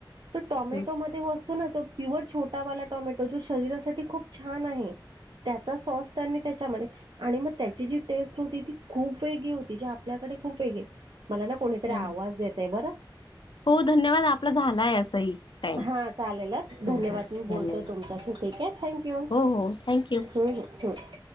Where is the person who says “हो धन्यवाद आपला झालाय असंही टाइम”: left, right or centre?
Left